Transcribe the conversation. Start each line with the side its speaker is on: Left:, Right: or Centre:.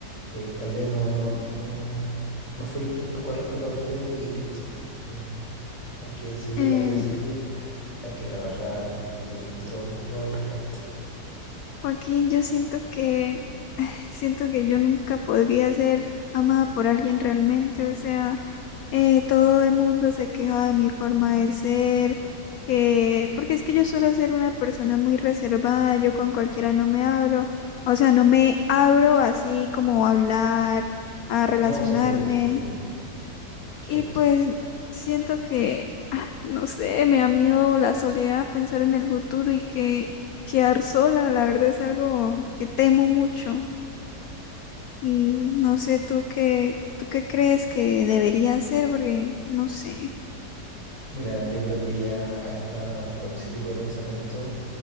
Right: eh, tal vez no, no, no, no fue el tiempo correcto para usted y listo. Em, hay que seguir,
Left: Em,
Right: la vida sigue, hay que trabajar y, y todo, todo al respecto.
Left: Joaquín, yo siento que Siento que yo nunca podría ser amada por alguien realmente, o sea, eh, todo el mundo se queja de mi forma de ser, eh, porque es que yo suelo ser una persona muy reservada, yo con cualquiera no me abro, o sea, no me abro así como a hablar, a relacionarme,
Right: No, se entiende, se entiende. Sí. Perfecto.
Left: y pues siento que, ah, no sé, me da miedo la soledad, pensar en el futuro y que quedar sola, la verdad es algo que temo mucho. Y no sé tú qué, tú qué crees que debería hacer, porque no sé.
Right: Mira, yo creo que ya a esta- con ese tipo de pensamiento